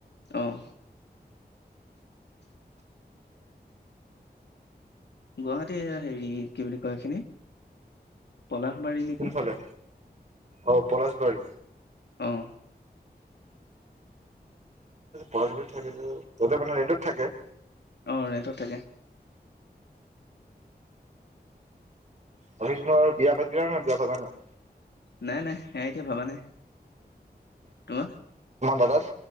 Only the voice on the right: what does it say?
কোনফালে অঁ পলাশবাৰী।
পলাশবাৰী থাকে যে ততে মানেৰেণ্টত থাকে?
বাকী তোমাৰ বিয়া পাতিলা নাই? বিয়া পাতা নাই।
দাদাৰ?